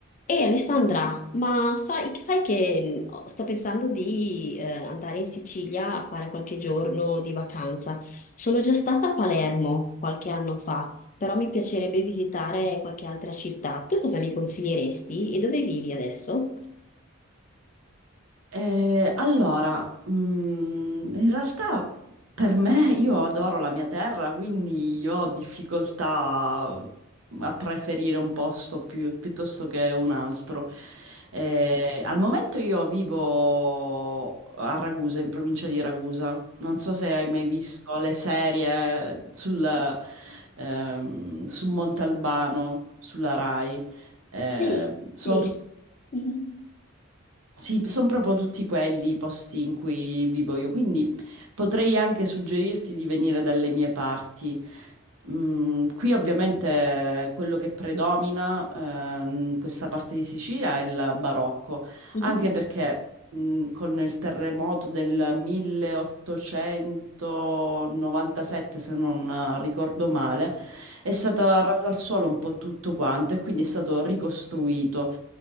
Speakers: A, on the left; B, on the right.
A: E Alessandra, ma sai, sai che mh, ho- sto pensando di eh, andare in Sicilia a fare qualche giorno di vacanza. Sono già stata a Palermo qualche anno fa, però mi piacerebbe visitare qualche altra città. Tu cosa mi consiglieresti e dove vivi adesso?
B: Eh, allora, mm, in realtà per me <laughs> io adoro la mia terra, quindi io ho difficoltà a preferire un posto più- piuttosto che un altro. Eh, al momento io vivo a Ragusa, in provincia di Ragusa. Non so se hai mai visto le serie sul, ehm, su Montalbano, sulla Rai. Eh,
A: Sì, sì.
B: sono tutte
A: Mhm,
B: sì, sono proprio tutti quelli i posti in cui vivo io, quindi potrei anche suggerirti di venire dalle mie parti. Mm, qui ovviamente quello che predomina eh, in questa parte di Sicilia è il barocco,
A: mhm.
B: anche perché mm, con il terremoto del 1897, se non ricordo male, è stato arrato al suolo un po' tutto quanto e quindi è stato ricostruito.